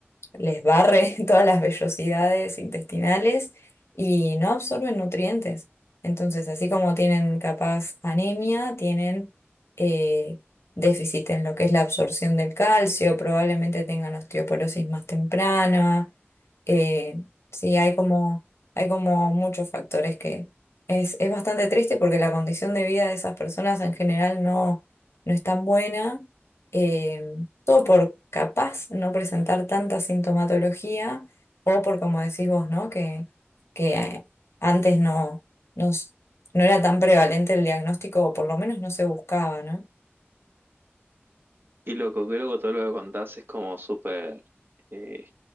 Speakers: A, on the left; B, on the right.
A: les barre <laughs> todas las vellosidades intestinales y no absorben nutrientes. Entonces, así como tienen capaz anemia, tienen eh, déficit en lo que es la absorción del calcio, probablemente tengan osteoporosis más temprana. Eh, sí, hay como, hay como muchos factores que es, es bastante triste porque la condición de vida de esas personas en general no, no es tan buena. eh, todo por capaz no presentar tanta sintomatología o por, como decís vos, ¿no? Que, que eh, antes no, no, s- no era tan prevalente el diagnóstico o por lo menos no se buscaba, ¿no?
B: Y loco, que luego todo lo que contás es como súper eh,